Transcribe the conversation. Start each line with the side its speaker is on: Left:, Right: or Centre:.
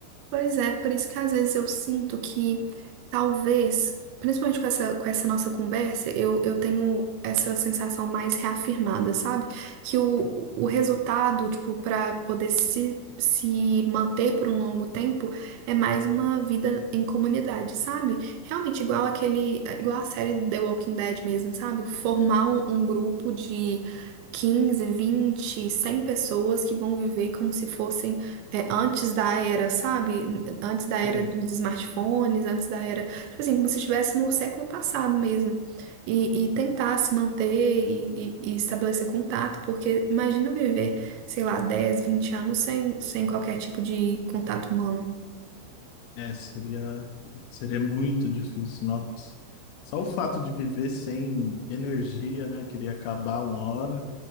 Right: Pois é, por isso que às vezes eu sinto que talvez, principalmente com essa, com essa nossa conversa, eu, eu tenho essa sensação mais reafirmada, sabe? Que o, o resultado, tipo, para poder se, se manter por um longo tempo, é mais uma vida em comunidade, sabe? Realmente igual aquele, igual a série do The Walking Dead mesmo, sabe? Formar um, um grupo de 15 20 100 pessoas que vão viver como se fossem é, antes da era, sabe? Antes da era
Left: Sei.
Right: dos smartphones, antes da era. Tipo assim, como se estivesse no século passado mesmo. E, e tentar se manter e, e- e estabelecer contato, porque imagina viver, sei lá, 10, 20 anos sem, sem qualquer tipo de contato humano.
Left: É, seria, seria muito difícil, nossa. Só o fato de viver sem energia, né, queria acabar uma hora,